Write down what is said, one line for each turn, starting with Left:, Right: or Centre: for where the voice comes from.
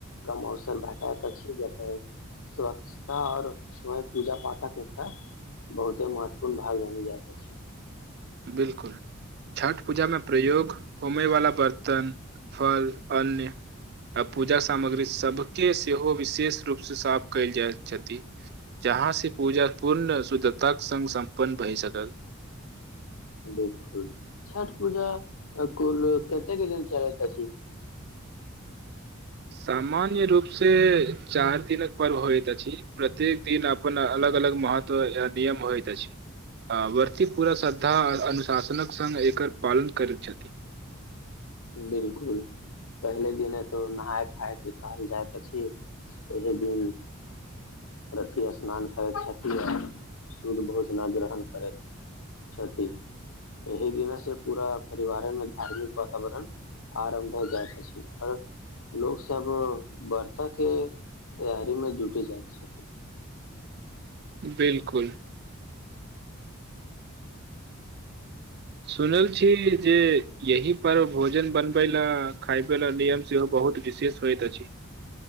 Left: कम अवसर भेटाएत अछि जतय स्वच्छता और <unintelligible> पूजा-पाठक एकटा बहुते महत्वपूर्ण भाग बनि जाएत अछि।
Right: बिलकुल छठ पूजा मे प्रयोग हो मे वला बर्तन, फल, अन्न आ पूजा सामग्री सब के सेहो विशेष रूप सँ साफ कयल जाएत छथि, जहाँ से पूजा पूर्ण शुद्धताक संग सम्पन्न भय सकल।
Left: बिलकुल छठ पूजा अ कुल कतेक दिन चलैत अछि।
Right: सामान्य रूप से चार दिनक पर्व होय त अछि, प्रत्येक दिन अपन अलग अलग महत्व ए नियम होएत अछि, आ व्रती पूरा श्रद्धा अनुशासनक संग एकर पालन करैत छथि।
Left: बिलकुल पहिले दिने तो नहाय खायत कहल जाएत अछि, एहि दिन व्रती स्नान करैत छथि आ शुद्ध भोजना ग्रहण करैत छथि, एहि दिने से पूरा परिवारे मे धार्मिक आ वातावरण आरम्भ भ जाएत अछि आर लोक सब वर्ता के तैयारी मे जुटी जाएत छथिन।
Right: बिलकुल। सुनल छी जे यही पर्व भोजन बनबै लै, खायबै लै नियम सेहो बहुत विशेष होएत अछि।